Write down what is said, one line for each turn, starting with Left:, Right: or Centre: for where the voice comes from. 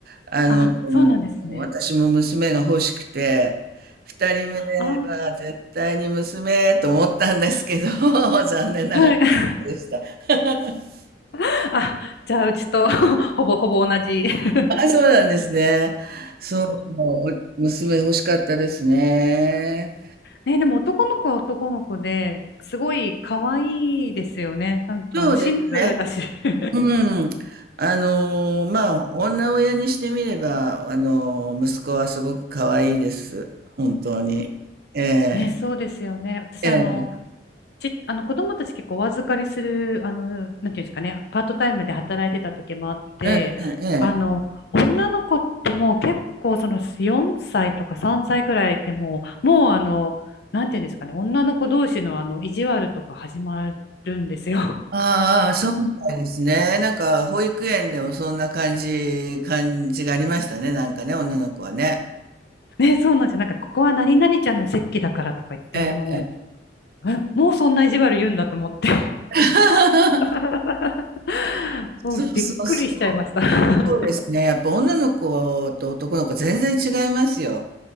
Right: あの、
Left: あ、そうなんですね。
Right: 私も娘が欲しくて、二人目は絶対に娘と思ったんですけど、
Left: ああ、
Right: <laughs> 残念ながら
Left: <laughs> はい。
Right: でした。<laughs>
Left: <laughs> あ、じゃあ、うちと <laughs> ほぼほぼ同じ。<laughs>
Right: あ、そうなんですね。そう、娘欲しかったですね。
Left: ね、でも男の子は男の子ですごい可愛いですよね。なんかあのシンプルだし
Right: そうですね。
Left: <laughs>
Right: うん。あのーまあ、女親にしてみれば、あのー息子はすごく可愛いです。本当に。え
Left: ね、そうですよね。
Right: え
Left: 私あの、
Right: ええ
Left: ち、あの子供たち結構お預かりする、あの、なんていうんですかね、パートタイムで働いてた時もあって、
Right: ええええ
Left: あの、女の子ってもう結構その4歳とか3歳くらいでもう、もうあの、なんていうんですかね、女の子同士のあの、意地悪とか始まるんですよ。
Right: ああ、そうみたいですね。なんか、保育園でもそんな感じ、感じがありましたね。なんかね、女の子はね。
Left: <laughs> ね、そうなんですよ。なんか、ここは何々ちゃんの席だからとか言って、
Right: ええ
Left: あの、えもうそんな意地悪言うんだと思って
Right: <laughs>
Left: <laughs> もうびっくりしちゃいました
Right: そうそうそう。
Left: <laughs>
Right: そうですね。やっぱ女の子と男の子全然違いますよ。